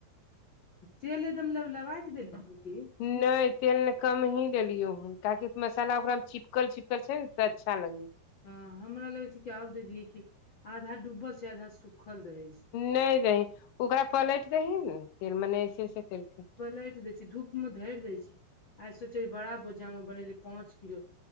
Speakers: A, on the left; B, on the left.
A: तेल एकदम लब लबाय क देलिय हन की?
B: नय, तेल ने कम ही देलियौ हन काहेकि मसाला ओकरा मे चिपकल-चिपकल छै ने त अच्छा लगै छै
A: हँ हमरा लगै छै कि आउ दिदि दिएय कि। आधा डूबल छै, आधा सुखल रहै छै
B: नै दही। ओकरा पलट दही न, तेल मने ऐसे ऐसे करिक
A: पलटि दै छै, धूप मे धरि दै छै। आइ सोचे र बड़ा बोझाम मे बेनेलिए पांच किलो